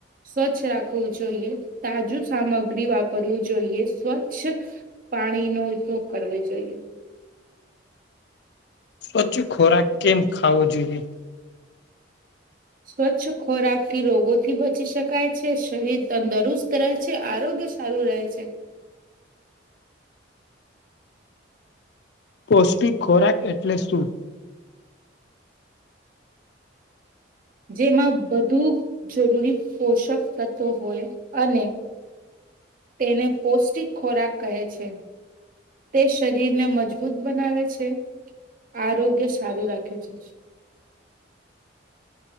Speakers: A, on the right; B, on the left.
A: સ્વચ્છ રાખવું જોઈએ તાજું સામગ્રી વાપરવું જોઈએ સ્વચ્છ પાણી નો ઉપયોગ કરવો જોઈએ
B: સ્વચ્છ ખોરાક કેમ ખાવો જોઈએ
A: સ્વચ્છ ખોરાકથી રોગોથી બચી શકાય છે શરીર તંદુરુસ્ત રહે છે આરોગ્ય સારુ રહે છે
B: પૌષ્ટિક ખોરાક એટલે શું
A: જેમાં બધુ જરૂરી પોષક તત્વો હોય અને તેને પૌષ્ટિક ખોરાક કહે છે તે શરીરને મજબૂત બનાવે છે આરોગ્ય સારું રાખે છે